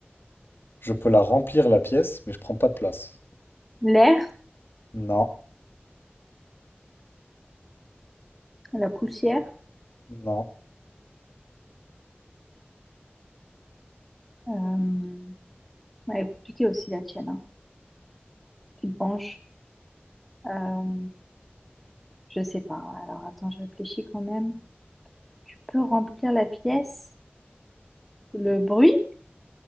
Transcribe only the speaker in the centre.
l'air,
la poussière.
Euh... ouais, Elle est compliquée aussi la tienne. hein. Tu te penches. Euh... Je sais pas. Alors attends, je réfléchis quand même. Tu peux remplir la pièce, le bruit,